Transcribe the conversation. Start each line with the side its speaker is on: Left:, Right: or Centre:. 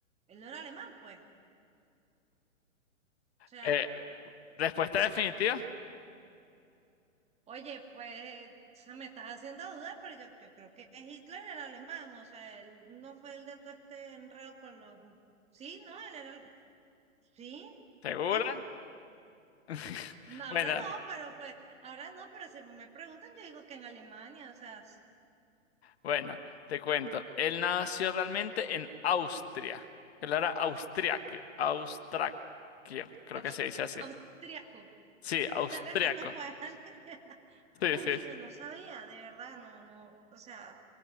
Right: él no era alemán, pues. O sea,
Left: Eh, respuesta definitiva,
Right: oye, pues, o sea, me estás haciendo dudar, pero yo, yo creo que Hitler era alemán, o sea, él no fue el de todo este enredo con los... Sí, no, él era... Sí,
Left: ¿segura?
Right: bueno.
Left: <laughs>
Right: No, ahora
Left: Bueno,
Right: no, pero pues, ahora no, pero si a mí me preguntan, yo digo que en Alemania, o sea, s-
Left: bueno, te cuento. Él nació realmente en Austria. Él era austriaco, austraquio, creo
Right: ah,
Left: que
Right: pf,
Left: se dice así.
Right: austriaco,
Left: Sí, austriaco.
Right: dale que tú puedes, dale que- <laughs>
Left: Sí,
Right: Oye,
Left: sí. sí.
Right: yo no sabía, de verdad, no, no, o sea,